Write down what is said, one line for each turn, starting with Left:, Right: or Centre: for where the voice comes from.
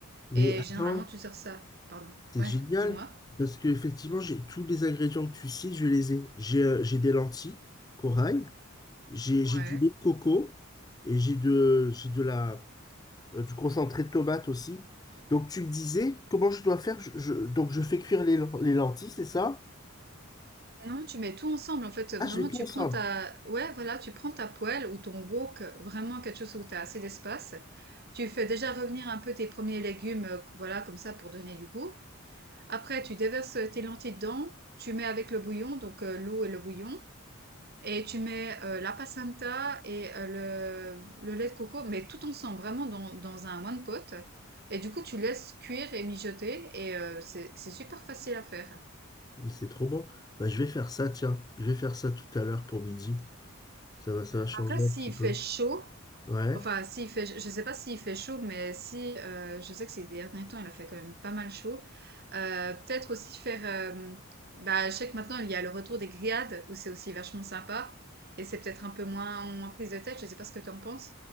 Left: Mais
Right: Et
Left: attends,
Right: généralement tu sers ça, pardon,
Left: c'est
Right: ouais,
Left: génial
Right: dis-moi.
Left: parce que, effectivement, j'ai tous les ingrédients que tu cites, je les ai. J'ai euh, j'ai des lentilles, corail, j'ai
Right: Ouais.
Left: j'ai du lait de coco et j'ai de, j'ai de la. euh, du concentré de tomate aussi. Donc tu me disais comment je dois faire. Je- je- donc je fais cuire les, len- les lentilles, c'est ça?
Right: Non, tu mets tout ensemble. En fait, vraiment,
Left: Ah, je vais tout
Right: tu
Left: ensemble.
Right: prends ta, ouais, voilà, tu prends ta poêle ou ton wok, vraiment quelque chose où tu as assez d'espace. Tu fais déjà revenir un peu tes premiers légumes, euh, voilà, comme ça, pour donner du goût. Après, tu déverses tes lentilles dedans. Tu mets avec le bouillon, donc euh, l'eau et le bouillon. Et tu mets euh, la passata et euh, le, le lait de coco, mais tout ensemble, vraiment dans, dans un one pot. Et du coup, tu laisses cuire et mijoter. Et euh, c'est c'est super facile à faire.
Left: Mais C'est trop bon. Bah, je vais faire ça, tiens. Je vais faire ça tout à l'heure pour midi. Ça va, ça va changer
Right: Après, s'il
Left: un petit
Right: fait
Left: peu.
Right: chaud,
Left: Ouais.
Right: Enfin, s'il fait, je sais pas s'il fait chaud, mais si, euh, je sais que ces derniers temps, il a fait quand même pas mal chaud. Euh, peut-être aussi faire, euh, bah, je sais que maintenant, il y a le retour des grillades, où c'est aussi vachement sympa. Et c'est peut-être un peu moins, moins prise de tête, je sais pas ce que tu en penses.